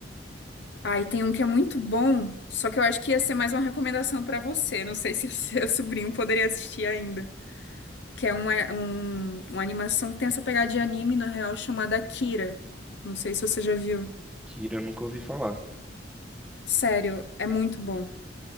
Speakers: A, on the left; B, in the centre.
A: Aí tem um que é muito bom, só que eu acho que ia ser mais uma recomendação pra você. Não sei se o seu <laughs> sobrinho poderia assistir ainda. Que é uma, um- uma animação que tem essa pegada de anime, na real, chamada Akira. Não sei se você já viu.
B: Kira, eu nunca ouvi falar.
A: Sério, é muito bom.